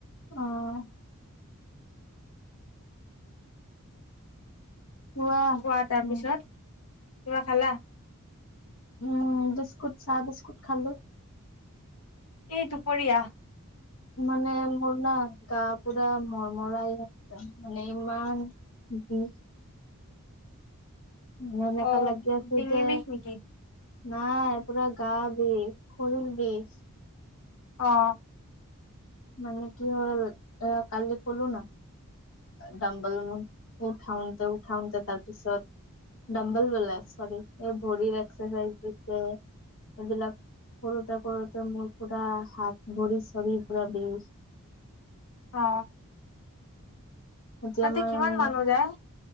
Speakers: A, on the left (about 65°); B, on the left (about 85°).
A: আহ আহোৱা
B: খোৱা তাৰ পিছত
A: উ
B: কিবা খালা
A: উম বিস্কুট চাহ বিস্কুট খালো।
B: এই দুপৰীয়া
A: মানে মোৰ না গা পুৰা মৰমৰাই একদ মানে ইমান দি ম এনেকা
B: অ
A: লাগি আঁছো
B: ডিঙি
A: যে
B: বিষ নেকি?
A: নাই পুৰা গা বিষ শৰীৰ বিষ
B: অ
A: মানে কি হ'ল এ কালি কলো ন ডম্বল মোৰ উঠাওতে উঠাওতে তাৰ পিছত ডম্বল বোলে চৰি এই ভৰিৰ একচাৰচাইজ দিছে এইবিলাক কৰোতে কৰোতে মোৰ পুৰা হাত ভৰি চৰি পুৰা বিষ
B: অ
A: এতিয়া
B: তাতে
A: মই
B: কিমান
A: মানে
B: মানুহ যায়?